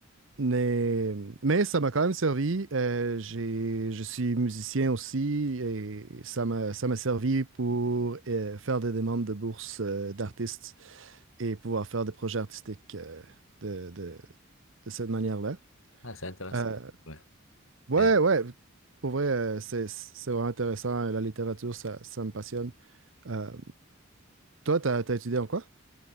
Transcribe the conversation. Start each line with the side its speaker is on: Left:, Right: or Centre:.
Right: mais, mais ça m'a quand même servi. Euh, j'ai, je suis musicien aussi et ça m'a, ça m'a servi pour euh, faire des demandes de bourses euh, d'artistes et pouvoir faire des projets artistiques euh, de, de, de cette manière-là.
Left: Ah, c'est intéressant.
Right: Euh,
Left: Ouais.
Right: ouais,
Left: Et
Right: ouais, pour vrai, euh, c'est, c'est vraiment intéressant. La littérature, ça, ça me passionne. Euh, toi, t'as, t'as étudié en quoi?